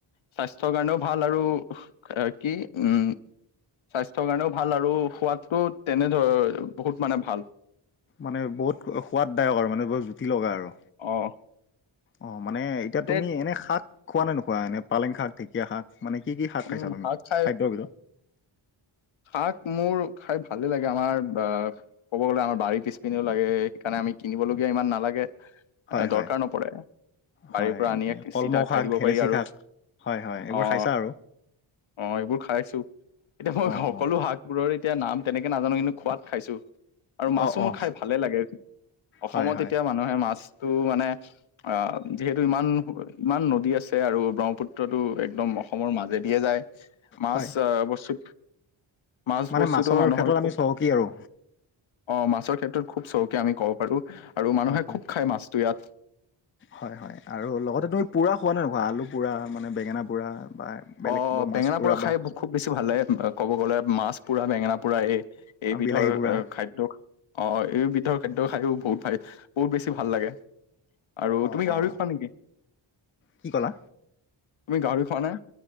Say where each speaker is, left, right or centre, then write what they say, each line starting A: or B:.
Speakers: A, on the left; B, on the left.
A: স্বাস্থ স্বাস্থ্য কাৰণেও ভাল আৰু আ, কি উম, স্বাস্থ্যৰ কাৰণেও ভাল আৰু সোৱাদটো তেনেধৰ বহুত মানে ভাল।
B: মানে বহুত সোৱাদদায়ক আৰু মানে বহুত জুতি লগা আৰু
A: অ',
B: অ', মানে এতিয়া
A: তে
B: তুমি এনে শাক খোৱা নে নোখোৱা এনে পালেং শাক ঢেঁকীয়া শাক? মানে কি কি শাক
A: উম
B: খাইছা তুমি
A: খাই
B: খাদ্যৰ ভিতৰত?
A: শাক মোৰ খাই ভালে লাগে আমাৰ বা আ, ক'ব গলে আমাৰ বাৰী পিছপিনিও লাগে সেইকাৰণে আমি কিনিবলগীয়া ইমান নালাগে
B: হয় হয়
A: দৰকাৰ নপৰে।
B: হয়
A: বাৰীৰ পৰা আনি ইয়াক
B: কলমৌ
A: চিধা
B: শাক
A: খাই দিব
B: ধেলেচি
A: পাৰি আৰু
B: শাক হয় হয় এইবোৰ
A: অ',
B: খাইছা আৰু
A: অ', এইবোৰ খাইছো এতিয়া মই
B: অ
A: সকলো
B: অ
A: শাক বোৰৰ এতিয়া নাম তেনেকে নাজানো কিন্তু খোৱাত খাইছোঁ। আৰু মাছো
B: অ
A: মোৰ
B: অ
A: খায় ভালে লাগে অসমত
B: হয় হয়
A: এতিয়া মানুহে মাছ টো মানে অ', যিহেতু ইমান ইমান নদী আছে আৰু ব্ৰহ্মপুত্ৰটো একদম অসমৰ মাজে দিয়ে যায় মাছ
B: হয়
A: বস্তু মাছ
B: মানে
A: বস্তুতো
B: মাছৰ
A: মানুহৰ
B: ক্ষেত্ৰত
A: খুব
B: আমি চহকী আৰু
A: অ', মাছৰ ক্ষেত্ৰত খুব চমুকে আমি ক'ব পাৰো। আৰু মানুহে
B: হয়, হয়,
A: খুব খাই মাছটো ইয়াত
B: হয়, হয় আৰু লগতে তোমি পোৰা খোৱা নে নোখোৱা আলু পোৰা মানে বেঙেনা পোৰা? বা বেলেগ
A: অ',
B: কিবা মাছ
A: বেঙেনা পোৰা খাই
B: বা
A: খুব বেছি ভাল লাগে, ক'ব গ'লে মাছ পোৰা বেঙেনা পোৰা এই এইবিধৰ
B: বিলাহী পোৰা
A: অ', খাদ্য। অ', এই বিধৰ খাদ্য খায়ো ব পাই বহুত ভাল বহুত বেছি ভাল লাগে। আৰু
B: অ',
A: তুমি গাহৰি
B: অ',
A: খোৱা নেকি,
B: কি ক'লা?
A: তুমি গাহৰি খোৱা নে?